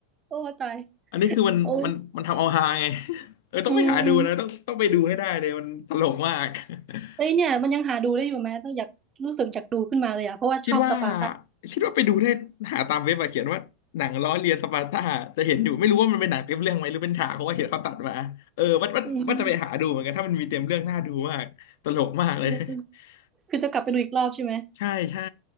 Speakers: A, on the right; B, on the left.
A: โอ้ตาย
B: อันนี้คือมันมันมันทำเอาฮาไง
A: โอ้ย
B: <laughs> เออต้องไปหาดูนะต้องต้องไปดูให้ได้เลยมันตลกมาก
A: อืมอืม
B: <laughs>
A: เอ้ยเนี่ยมันยังหาดูได้อยู่ไหมต้องอยากรู้สึกอยากดูขึ้นมาเลยอะเพราะว่าชอบสปาร์ตา
B: คิดว่าคิดว่าไปดูได้หาตามเว็บมาเขียนว่าหนังล้อเลียนสปาร์ตาจะเห็นอยู่ไม่รู้ว่ามันเป็นหนังเต็มเรื่องไหมหรือเป็นฉากเพราะว่าเห็นเขาตัดมาเออว่าว่าว่าจะไปหาดูเหมือนกันถ้ามันมีเต็มเรื่องน่าดูมากตลกมากเลย
A: อืมอืมอืม
B: <laughs>
A: คือจะกลับไปดูอีกรอบใช่ไหม
B: ใช่ใช่